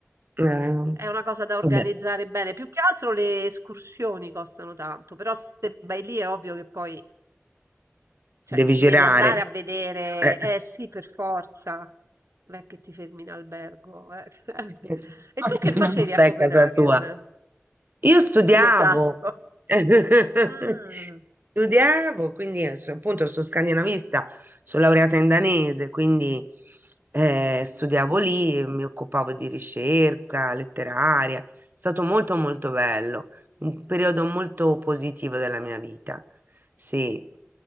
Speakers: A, on the right; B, on the right.
A: eh,
B: È una cosa da organizzare
A: vabbè,
B: bene. Più che altro le escursioni costano tanto, però se vai lì è ovvio che poi, cioè,
A: devi girare.
B: devi andare a vedere.
A: Eh.
B: Eh sì, per forza. Non è che ti fermi in albergo. eh. <laughs>
A: <laughs>
B: E tu che
A: Se
B: facevi
A: no Stai
B: a Copenaghen?
A: <laughs> a casa tua. Io studiavo,
B: Sì, esatto.
A: <laughs>
B: Ah.
A: studiavo, quindi eh, so- appunto sono scandinavista, sono laureata in danese, quindi eh, studiavo
B: Mm.
A: lì, mi occupavo di ricerca letteraria, è stato molto molto bello, un periodo molto positivo della mia vita, sì.